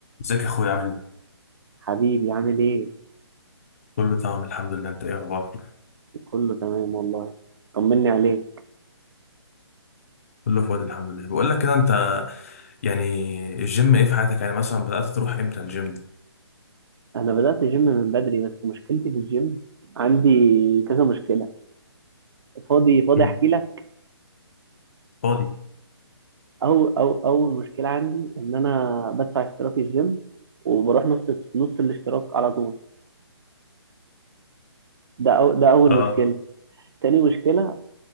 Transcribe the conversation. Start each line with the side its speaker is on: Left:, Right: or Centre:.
Left: ازيك يا اخويا عامل ايه؟
Right: حبيبي عامل ايه؟
Left: كله تمام الحمد لله انت ايه اخبارك؟
Right: كله تمام والله طمني عليك
Left: كله فاضي الحمد لله بقول لك كده انت يعني الجيم ايه في حياتك يعني مثلا بدأت تروح امتى الجيم؟
Right: انا بدأت جيم من بدري بس مشكلتي في الجيم عندي كذا مشكلة فاضي فاضي
Left: امم
Right: احكي لك
Left: فاضي
Right: او او اول مشكلة عندي ان انا بدفع اشتراك الجيم وبروح نص نص الاشتراك على طول ده أو ده اول
Left: اه
Right: مشكلة تاني مشكلة